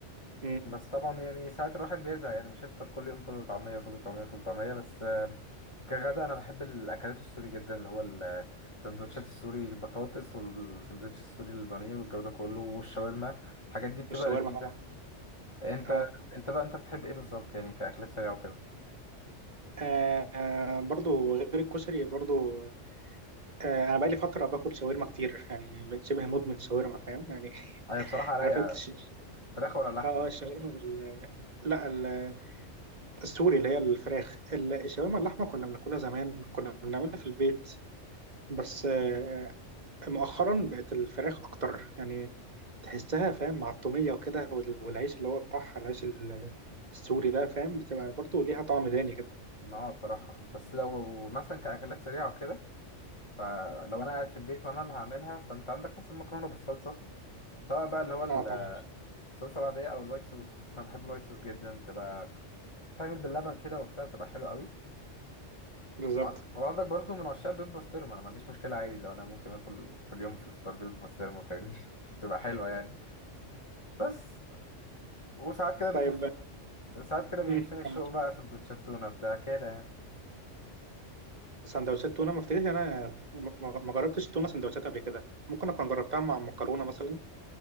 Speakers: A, on the right; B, on the left.
A: مم.
B: بس طبعا يعني ساعات الواحد بيزهق يعني مش هيفطر كل يوم فول وطعميه فول وطعميه فول وطعميه بس آه، كغدا انا بحب الاكلات السوري جدا اللي هو السندوتشات السوري البطاطس والسندوتش السوري البانيه والجو ده كله والشاورما الحاجات دي بتبقى
A: والشاورما
B: لذيذه
A: طبعا
B: انت
A: اه
B: انت بقى انت بتحب ايه بالظبط يعني كاكلات سريعه وكده
A: آه برضو غير الكشري برضو آه انا بقالي فتره باكل شاورما كتير يعني بقيت شبه مدمن شاورما فاهم يعني
B: هي
A: <laughs>
B: بصراحه رايقه
A: عارف انت الش-
B: فراخ ولا لحمه
A: اه آه، الشاورما بال لا ال- السوري اللي هي الفراخ ال- الشاورما اللحمه كنا بناكلها زمان كنا بنعملها في البيت بس آه مؤخرا بقت الفراخ اكتر يعني تحسها فاهم مع الطوميه وكده وال- والعيش اللي هو بتاعها العيش ال- السوري ده فاهم بتبقى برضو ليها طعم تاني كده
B: ما بصراحة بس لو مثلا كأكلات سريعة وكده فلو أنا قاعد في البيت وأنا اللي هعملها فأنت عندك مثلا مكرونة بالصلصة سواء بقى اللي هو ال-
A: اه طبعا
B: الصلصة العادية أو الوايت صوص بس أنا بحب الوايت صوص جدا بتبقى تعمل باللبن كده وبتاع بتبقى حلوة قوي
A: بالظبط
B: وع- وعندك برضو من عشاق البيض بسطرمة أنا ما عنديش مشكلة عادي لو أنا ممكن آكل كل يوم في الفطار بيض بسطرمة فاهمني <laughs> بتبقى حلوة يعني بس وساعات كده
A: <laughs>
B: بتف...
A: طيب
B: ساعات كده بيهفني
A: امم
B: الشوق
A: كم
B: بقى سندوتشات تونة بتاع كده يعني
A: سندوتشات تونه ما افتكرش انا ما ما جربتش تونه سندوتشات قبل كده ممكن اكون جربتها مع مكرونه مثلا